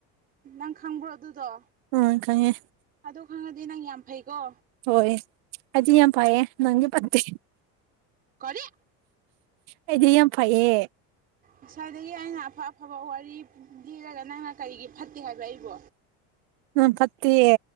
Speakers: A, on the right (about 25°); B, on the right (about 70°).
A: ꯅꯪ ꯈꯪꯕ꯭ꯔꯣ ꯑꯗꯨꯗꯣ
B: ꯑꯥ ꯈꯥꯡꯉꯦ
A: ꯑꯗꯨ ꯈꯪꯉꯗꯤ ꯅꯪ ꯌꯥꯝ ꯐꯩꯀꯣ
B: ꯍꯣꯏ ꯑꯩꯗꯤ ꯌꯥꯝ ꯐꯩꯌꯦ ꯅꯪꯗꯤ ꯐꯠꯇꯦ
A: ꯀꯔꯤ
B: ꯑꯩꯗꯤ ꯌꯥꯝ ꯐꯩꯌꯦ
A: ꯉꯁꯥꯏꯗꯒꯤ ꯑꯩꯅ ꯑꯐ ꯑꯐꯕ ꯋꯥꯔꯤ ꯂꯤꯔꯒ ꯅꯪꯅ ꯀꯔꯤꯒꯤ ꯐꯠꯇꯦ ꯍꯥꯏꯕ ꯑꯩꯕꯨ
B: ꯅꯪ ꯐꯠꯇꯤꯌꯦ